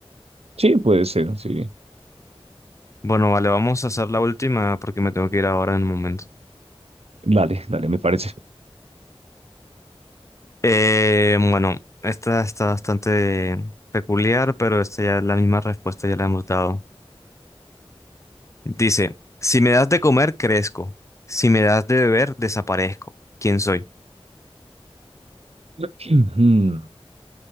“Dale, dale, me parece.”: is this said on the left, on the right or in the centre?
Right